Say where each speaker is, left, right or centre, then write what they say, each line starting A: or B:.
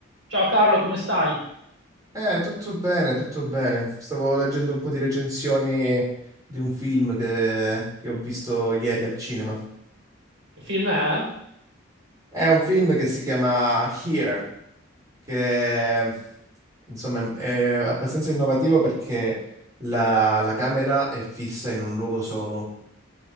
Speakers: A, on the right; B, on the right.
A: Ciao Carlo, come stai?
B: Eh, tutto bene, tutto bene. Stavo leggendo un po' di recensioni di un film che, che ho visto ieri al cinema.
A: Che film è?
B: È un film che si chiama Here, che insomma è abbastanza innovativo perché la, la camera è fissa in un luogo solo,